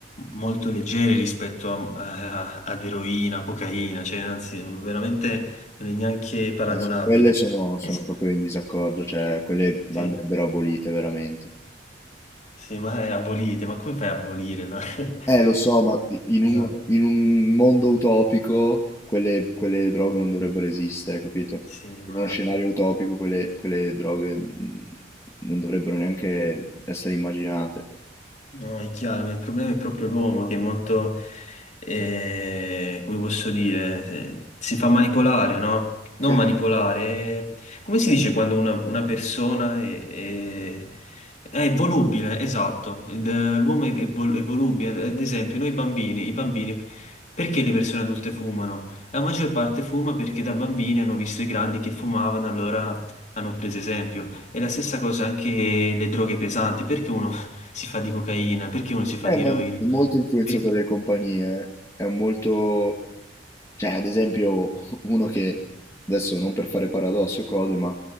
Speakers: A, on the left; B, on the left.
A: molto leggere rispetto a, a- ad eroina, cocaina, cioè anzi, veramente non è neanche paragonabile.
B: No, su quelle sono, sono
A: Eh sì.
B: proprio in disaccordo, cioè quelle
A: Sì,
B: andrebbero abolite veramente.
A: sì, ma è abolite, ma come fai a abolire? no?
B: Eh,
A: <laughs>
B: lo so, ma di- in
A: Esatto.
B: un, in un mondo utopico quelle, quelle droghe non dovrebbero esistere, capito?
A: Sì, ma...
B: In uno scenario utopico quelle, quelle droghe mm, non dovrebbero neanche essere immaginate.
A: No, è chiaro, ma il problema è proprio l'uomo che è molto, eh, come posso dire, se- si fa manipolare, no? Non
B: Sì.
A: manipolare, eh, come si dice quando una, una persona è, è- è volubile, esatto, Il- l'uomo è, è vol- è volubile, ad esempio noi bambini, i bambini, perché le persone adulte fumano? La maggior parte fuma perché da bambini hanno visto i grandi che fumavano, allora hanno preso esempio. E la stessa cosa anche le droghe pesanti, perché uno si fa di cocaina, perché uno si fa
B: Eh,
A: di
B: ma
A: eroina?
B: è molto influenzato
A: Per-
B: dalle compagnie, eh. È un molto... Cioè, ad esempio, <laughs> uno che, adesso non per fare paradossi o cose, ma